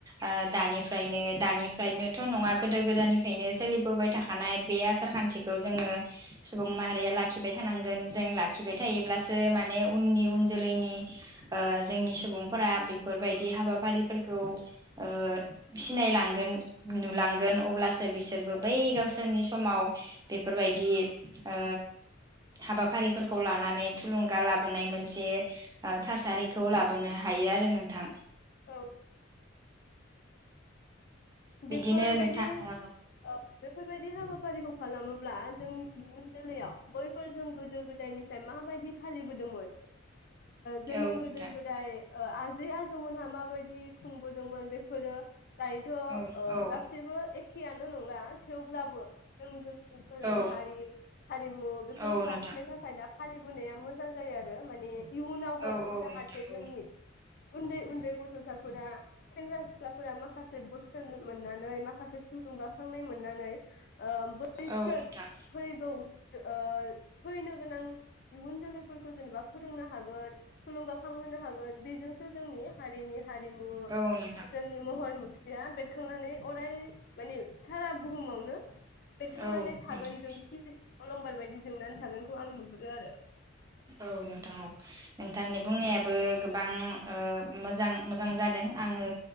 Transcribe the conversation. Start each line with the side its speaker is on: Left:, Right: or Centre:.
Right: ओ दानिफ्रायनो दानिफ्रायनोथ' नङा गोदो गोदायनिफायनो सोलिबोबाय थाखानाय बे आसार खान्थिखौ जोङो सुबुं माहारिया लाख खिबाय थानांगोन जों लाखिबाय थायोब्लासो माने उननि उन जोलैनि ओ जोंनि सुबुंफोरा बेफोरबायदि हाबाफारिफोरखौ ओ सिनायलांगोन नुलांगोन अब्लासो बिसोरबो
Left: औ
Right: बै गावसोरनि समाव बेफोरबायदि ओ हाबाफारिफोरखौ लानानै थुलुंगा लाबोनाय मोनसे थासारिखौ लाबोनो हायो आरो नोंथां।
Left: औ।
Right: बिदिनो
Left: बेफोरबायदि
Right: नोंथां औ
Left: औ बेफोरबायदि हाबाफारिखौ खालामोब्ला जोंनि इयुन जोलैयाव बैफोर जों गोदो गोदायनिफ्राय माबायदि फालिबोदोंमोन? जोंनि
Right: औ नोंथां
Left: गोदो गोदाय आजै आजौमोनहा माबायदि खुंबोदोंमोन बेफोरो दायोथ
Right: औ औ
Left: गासैबो एखेआनो नंला थेवब्लाबो जों जोंनि धोरोम
Right: औ
Left: हारि हारिमु बेफोरखौ
Right: औ नोंथां
Left: लाखिनो थाखाय दा फालिबोनाया मोजां जायो आरो मानि इउनावबो
Right: औ औ
Left: जाहाथे
Right: नोंथां औ
Left: जोंनि उन्दै उन्दै गथसाफोरा सेंग्रा सिख्लाफोरा माखासे मोननानै माखासे थुलुंगाखांनाय मोननानै। बैसोर
Right: औ नोंथां
Left: फैगौ जो ओ फैनो गोनां इयुन जोलैफोरखौ जेनेबा फोरोंनो हागोन थुलुंगाखांहोनो हागोन बेजोंसो जोंनि हारिनि हारिमु
Right: औ नोंथां
Left: जोंनि महर मु सिया बे खांनानै अराय माने सारा बुहुमावनो बेरखांनानै
Right: औ
Left: थागोन
Right: नोंथां
Left: जोंथि अलंबार बायदि जोंनानै थागोनखौ आं नुहुरो आरो।
Right: औ नोंथां औ नोंथांनि बुंनायाबो गोबां ओ मोजां मोजां जादों आंङो